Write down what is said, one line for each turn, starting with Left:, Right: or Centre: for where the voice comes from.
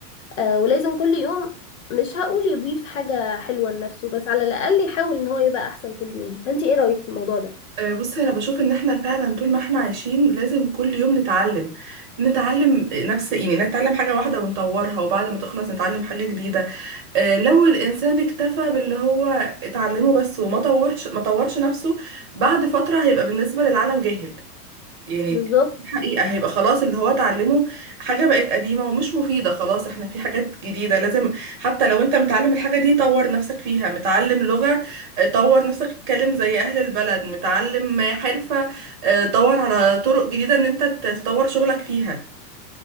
Left: آه ولازم كل يوم مش هقول يضيف حاجة حلوة لنفسه بس على الأقل يحاول إن هو يبقى أحسن كل يوم فأنت إيه رأيك في الموضوع ده؟
Right: آه، بصي انا بشوف ان احنا فعلا طول ما احنا عايشين لازم كل يوم نتعلم نتعلم نفس يعني نتعلم حاجة واحدة ونطورها وبعد ما تخلص نتعلم حاجة جديدة آه، لو الانسان اكتفى باللي هو اتعلمه بس وما طورش ما طورش نفسه بعد فترة هيبقى بالنسبة للعالم جاهل يعني
Left: بالظبط
Right: دي حقيقة هيبقى خلاص اللي هو اتعلمه حاجة بقت قديمة ومش مفيدة خلاص احنا في حاجات جديدة لازم حتى لو انت متعلم الحاجة دي طور نفسك فيها متعلم لغة اه، طور نفسك تتكلم زي اهل البلد متعلم آه، حرفة اه، دور على طرق جديدة ان انت تطور شغلك فيها